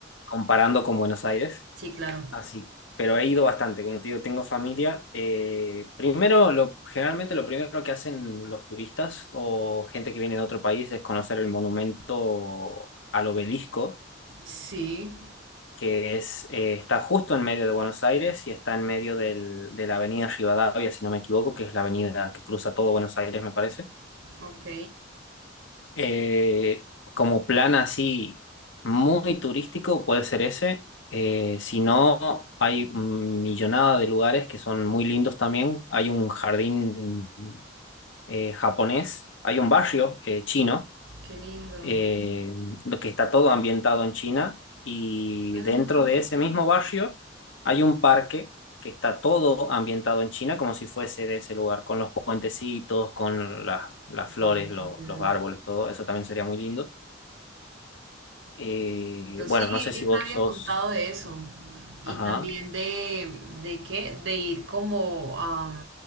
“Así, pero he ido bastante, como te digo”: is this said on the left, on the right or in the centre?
Left